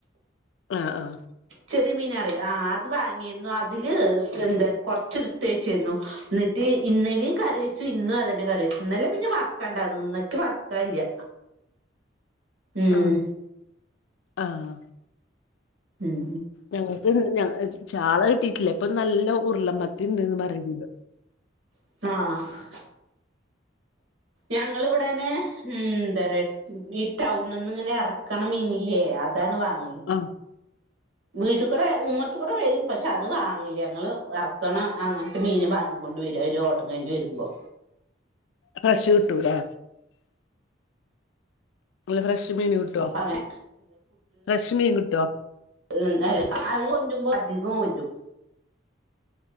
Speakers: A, on the left; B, on the right.
A: അഹ് ആഹ്
B: ചെറിയ മീന അറിയോ? ആ അത് വാങ്ങീര്ന്നു അതില് എന്താ കൊർച്ച് ട്ത്തെച്ചിര്ന്നു. ഇന്ന്ട്ട് ഇന്നലേം കറി വെച്ചു. ഇന്നും അതന്നെ കറി വെച്ചു. ഇന്നലെ പിന്നെ വറു ത്താണ്ടന്നും ഇന്നെക്കി വർക്കാല്ല. ഉം
A: ആഹ് ആഹ്.
B: ഉം
A: ഞങ്ങക്ക്ന്ന് ചാള കിട്ടിയിട്ടില്ല. ഇപ്പ നല്ല ഉരുള മത്തി ഇണ്ട്ന്ന് പറയിണ്ട്.
B: ആഹ് ഞങ്ങള്വിടന്നെ ഉം ന്തറയാ? ഈ ടൗണ്ന്ന്ങ്ങനെ എർക്കണ മീനില്ലേ അതാണ് വാങ്യേ.
A: അഹ്
B: വീട്ട് കൂടെ ഉമ്മർത്ത് കൂടെ വരും. പശേ അത് വാങ്ങില്ല. ഞങ്ങള് എർക്കണ അങ്ങനെ മീന് വാങ്ങിക്കൊണ്ട് വരും. അയിന്റെ ഓട്ടം കഴഞ്ഞ് വരുമ്പോ.
A: ഫ്രഷ് കിട്ടു ലേ ഫ്രഷ് മീന് കിട്ടോ?
B: അപ്പൊ അങ്ങനെ
A: ഫ്രഷ് മീൻ കിട്ടോ?
B: ഉം അത് കൊണ്ട്രുമ്പോ അധികം കൊണ്ട്രും.